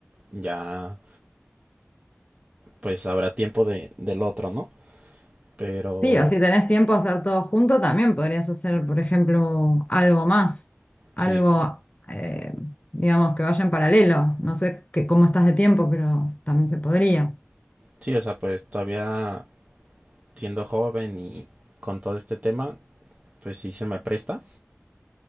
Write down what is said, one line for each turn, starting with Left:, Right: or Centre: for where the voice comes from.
Right: ya pues habrá tiempo de, del otro, ¿no? Pero
Left: Sí, o si tenés tiempo a hacer todo junto, también podrías hacer, por ejemplo, algo más, algo,
Right: sí,
Left: eh, digamos, que vaya en paralelo. No sé que- cómo estás de tiempo, pero también se podría.
Right: sí, o sea, pues todavía siendo joven y con todo este tema, pues sí se me presta,